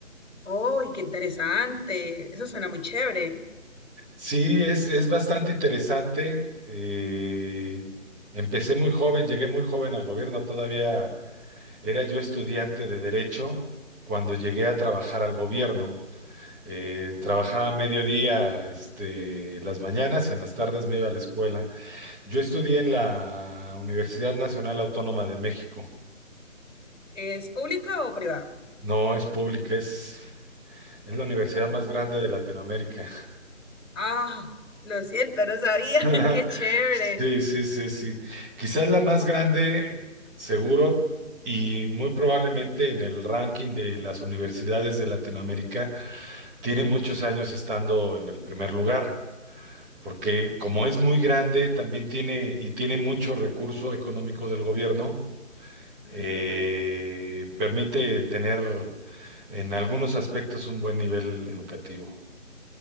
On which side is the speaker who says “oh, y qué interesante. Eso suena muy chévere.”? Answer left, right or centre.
Left